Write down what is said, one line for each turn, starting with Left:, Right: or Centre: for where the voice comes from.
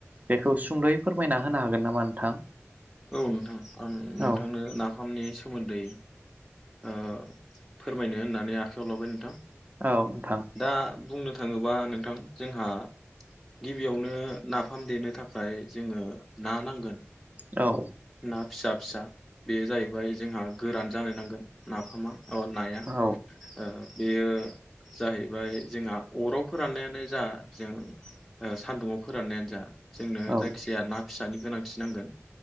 Right: बेखौ सुंद'यै फोरमायना होनो हागोन नामा नोंथां?
Centre: औ नोंथां आं नोंथांनो
Right: औ
Centre: नाफामनि सोमोन्दै ओ फोरमायनो होननानै आखायाव लाबाय नोंथां।
Right: औ नोंथां
Centre: दा बुंनो थाङोबा नोंथां जोंहा गिबियावनो नाफाम देनो थाखाय जोङो ना नांगोन।
Right: औ
Centre: ना फिसा फिसा बेयो जाहैबाय जोंहा गोरान जानो नांगोन नाफामा। अ नाया
Right: औ
Centre: ओ बेयो जाहैबाय जोंहा अराव फोराननायानो जा जों ओ सान्दुुङाव फोराननायानो जा। जोंनो
Right: औ
Centre: जायखिजाया ना फिसानि गोनांथि नांगोन।